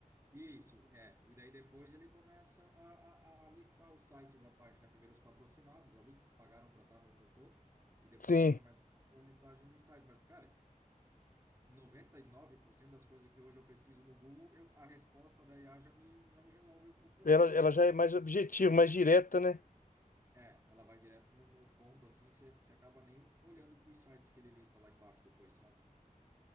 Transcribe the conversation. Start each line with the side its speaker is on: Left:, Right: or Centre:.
Right: isso, é. E daí depois ele começa a, a, a listar os sites abaixo, né? Primeiro os patrocinados ali, que pagaram para estar no, no topo, e depois
Left: Sim.
Right: ele começa a fazer a listagem dos sites. Mas, cara, 99% das coisas que hoje eu pesquiso no Google, eu- a resposta da IA já me, já me resolve o, o problema,
Left: Ela,
Right: sabe?
Left: ela já é mais objetiva, mais direta, né?
Right: É, ela vai direto no, no ponto assim, você acaba nem olhando para os sites que ele lista lá embaixo depois, sabe?